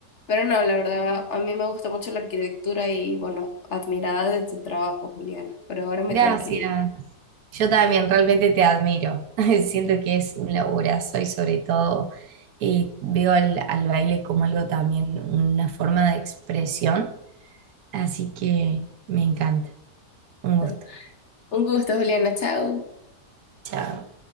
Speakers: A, on the left; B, on the right.
A: pero no, la verdad a mí me gusta mucho la arquitectura y bueno, admirada de tu trabajo, Juliana, pero ahora me
B: Gracias.
A: tengo que ir.
B: Yo también realmente te admiro. <laughs> Siento que es un laburazo y sobre todo eh, veo al, al baile como algo también, una forma de expresión. Así que me encanta. Un gusto.
A: <laughs> Un gusto, Juliana, chao.
B: Chao.